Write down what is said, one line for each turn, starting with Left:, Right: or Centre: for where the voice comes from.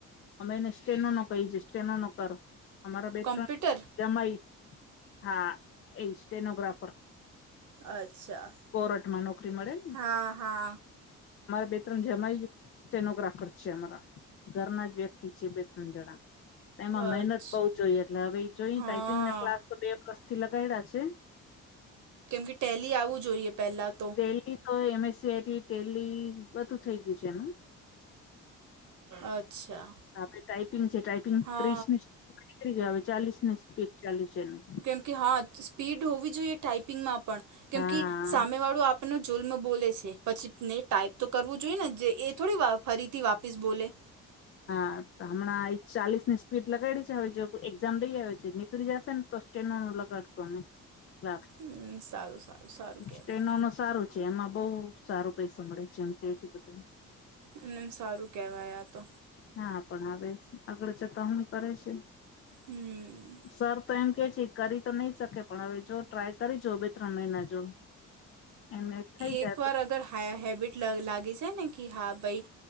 Left: અમે એને સ્ટેનો નો કહી છે સ્ટેનો નો કર અમારા બે
Right: કોમ્પ્યુટર
Left: ત્રણ જમાઈ હા એ સ્ટેનોગ્રાફર.
Right: અચ્છા.
Left: કોરઠમાં નોકરી મળે ને.
Right: હા હા
Left: અમારા બે ત્રણ જમાય સટેનોગ્રાફર છે અમારા ઘરના જ વ્યક્તિ છે. ંજણા એમાં
Right: અચ્છા
Left: મહેનત બઉુ જોઈએ એટલે હવે જોઈ ટાાઈપિંગ
Right: હા
Left: ના ક્લાસ તો બે પ્રસ્થી લગાવડા છે.
Right: કેમ કે ટેલી આવું જોઈએ પહેલા તો.
Left: દહી તો એમ એસસીઆઈટી દહી બધું થઈ ગયું છે એનું.
Right: અચ્છા.
Left: આપણે ટાાઈપિંગ છે ટાઈપિંગ
Right: હા
Left: ત્રીસ પી ગય હવે ચાલીસ ની સ્પીડ ચાલુ છે એનું.
Right: કેમ કે હા સ્પીડ હોવી જોઈએ ટાાઈપિંગમાં પણ, કેમ
Left: હા
Right: કે સામે વાળું આપ જુલ્મ બોલે છે પછી ને ટાઈપ તો કરવું જોઈએ ને જે એ થોડી ફરીથી વાપીસ બોલે.
Left: હા તો હમણાં ચાલીસ ની ટ લગાડી છે એક્ઝામ દઈ આવે છે નીકળી જશે ને તો સ્ટનું લગાડતું અમે. લ
Right: હમ સારું સારું સારું કહેવાય
Left: ટ્રેનો ન સારું. જેમમાં બહ સારો પૈસા મળે જેમ કે છે બધા.
Right: અને એમ સારું કેહેવાયા તો.
Left: હા પણ આવે આગળ જતા હું કરે છે.
Right: હમ
Left: સર તો એમ કે છે. કરી તો નહી શકે પણ હવે જો ટ્રાય કરી જો બે ત્રણ મહિના જો. એને થઈ જાય
Right: એક વાર
Left: તો
Right: અગર હેબિટ લાગી છે ને કે હા ભાઈ.